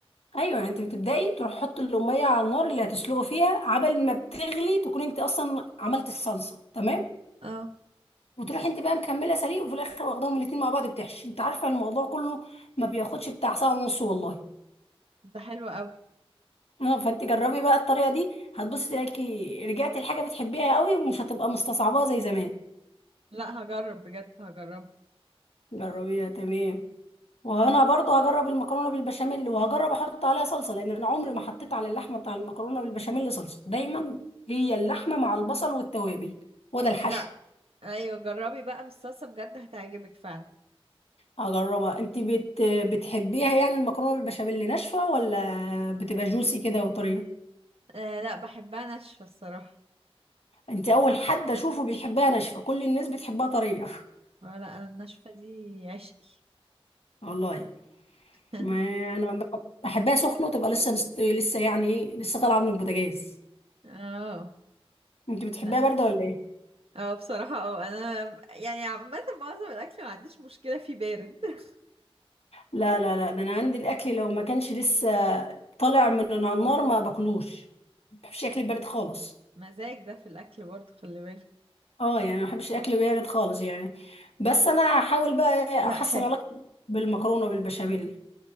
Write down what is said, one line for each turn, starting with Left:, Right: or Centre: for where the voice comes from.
Left: ايوه يعني انت بتبداي تروح حط الاميه على النار اللي هتسلقه فيها عبل ما بتغلي تكون انت اصلا عملت الصلصه تمام
Right: اه
Left: وتروح انت بقى مكمله سليق وفي الاخر واخداهم الاتنين مع بعض بتحشي انت عارفه الموضوع كله ما بياخدش بتاع ساعه ونص والله
Right: ده حلو قوي
Left: <laughs> اه فانت جربي بقى الطريقه دي هتبصي تلاقي رجعتي لحاجه بتحبيها قوي ومش هتبقى مستصعباها زي زمان
Right: لا هجرب بجد هجرب
Left: جربيها تمام وانا برضو هجرب المكرونه بالبشاميل وهجرب احط عليها صلصه لان انا عمري ما حطيت على اللحمه بتاع المكرونه بالبشاميل صلصه دايما هي اللحمه مع البصل والتوابل وده الحشو
Right: لا ايوه جربي بقى بالصلصه بجد هتعجبك فعلا
Left: هجربها انت بت... بتحبيها يعني المكرونه بالبشاميل ناشفه ولا بتبقى جوسي كده وطريه
Right: آه لا بحبها ناشفة الصراحة
Left: انت اول حد اشوفه بيحبها ناشفه كل الناس بتحبها طريه
Right: آه لا انا الناشفة دي عشقي
Left: <laughs> والله
Right: <laughs>
Left: ما انا بحبها سخنه وتبقى لسه مست... لسه يعني ايه لسه طالعه من البوتاجاز
Right: اه
Left: انت بتحبها
Right: لا
Left: بارده ولا ايه
Right: اه بصراحة اه انا يعني عامة معظم الاكل ما عنديش مشكلة فيه بارد <laughs>
Left: لا لا لا ده انا عندي الاكل لو ما كانش لسه طالع من على النار ما باكلوش ما بحبش الاكل البارد خالص
Right: مزاج ده في الاكل برضو خلي بالك
Left: اه يعني ما بحبش الاكل البارد خالص يعني بس انا هحاول بقى إيه
Right: لا
Left: احسن
Right: حلو
Left: علاقتي بالمكرونه بالبشاميل